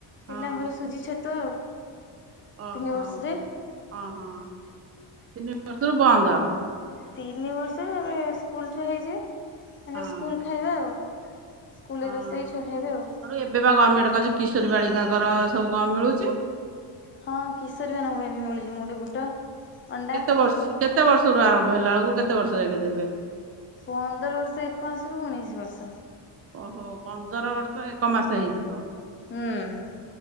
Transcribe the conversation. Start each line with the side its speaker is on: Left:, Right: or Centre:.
Right: ହଁ
Left: ପିଲାଙ୍କର ସୁଜି ଛତୁଆ ଆଉ।
Right: ଓହୋ
Left: ତିନି ବର୍ଷରେ
Right: ଓହୋ ସେ <unintelligible> ବନ୍ଦ?
Left: ତିନି ବର୍ଷରେ ତାପରେ ସ୍କୁଲ ଛୁଆ ହେଇଯିବେ ତାଙ୍କର
Right: ହଁ
Left: ସ୍କୁଲ ଖାଇବା ଆଉ। ସ୍କୁଲରେ
Right: ହଁ
Left: ରୋଷେଇ ଛୁଆ ଖାଇବେ ଆଉ।
Right: ସେଠୁ ଏବେ ବା ଗଭର୍ଣ୍ଣମେଣ୍ଟ କରିଛି କିଶୋର ବାଳିକାଙ୍କ ସବୁ କଣ ମିଳୁଛି?
Left: ହଁ କିଶୋରୀ ମାନଙ୍କ ପାଇଁ ବି ମିଳୁଛି ମୁଡି ବୁଟ। ଅଣ୍ଡା
Right: କେତେ ବର୍ଷରୁ କେତେ ବର୍ଷରୁ ଆରମ୍ଭ ହେଲା ବେଳକୁ କେତେ ବର୍ଷ ଯାକେ ଦେବେ?
Left: ପନ୍ଦର ବର୍ଷ ଏକ ମାସ ରୁ ଉଣେଇଶି ବର୍ଷ।
Right: ଓହୋ ପନ୍ଦର ବର୍ଷ ଏକ ମାସ ହେଇଥିବ।
Left: ହୁଁ।